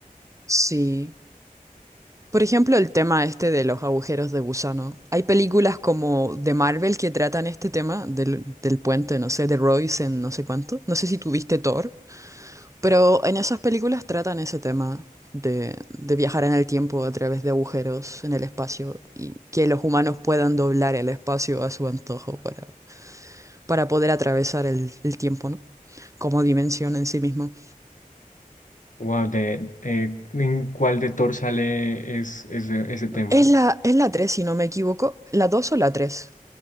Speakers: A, on the right (about 20°); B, on the left (about 60°).
A: Sí. Por ejemplo, el tema este de los agujeros de gusano. Hay películas como de Marvel que tratan este tema del, del puente, no sé, de Royce en no sé cuánto. No sé si tuviste Thor, pero en esas películas tratan ese tema de, de viajar en el tiempo a través de agujeros en el espacio y que los humanos puedan doblar el espacio a su antojo para, para poder atravesar el, el tiempo, ¿no? Como dimensión en sí mismo.
B: Wow, de, eh, ¿en cuál de Thor sale es, ese ese tema?
A: Es la, es la 3, si no me equivoco. ¿La 2 o la tres.